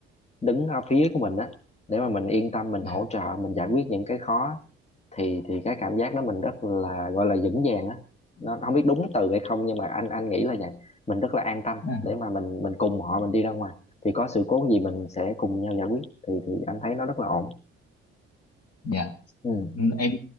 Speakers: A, on the left; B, on the left.
A: đứng ở phía của mình á để mà mình yên tâm mình
B: nha.
A: hỗ trợ mình giải quyết những cái khó thì thì cái cảm giác đó mình rất là gọi là vững vàng á nó không biết đúng từ hay không nhưng mà anh anh nghĩ là vậy mình rất là an tâm
B: À,
A: để mà mình mình cùng họ mình đi ra ngoài thì có sự cố gì mình sẽ cùng nhau giải quyết thì thì anh thấy nó rất là ổn
B: dạ
A: ừ
B: Ừ, em